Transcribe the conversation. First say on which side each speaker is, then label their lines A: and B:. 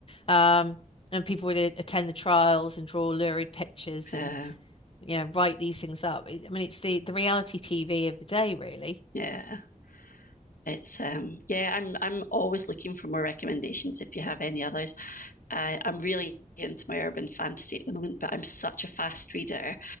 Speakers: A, on the left; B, on the left.
A: Um, and people would attend the trials and draw lurid pictures
B: Uh,
A: and, you know, write these things up. I mean, it's the, the reality TV of the day, really.
B: yeah. It's um yeah, I'm I'm always looking for more recommendations if you have any others. I, I'm really into my urban fantasy at the moment, but I'm such a fast reader.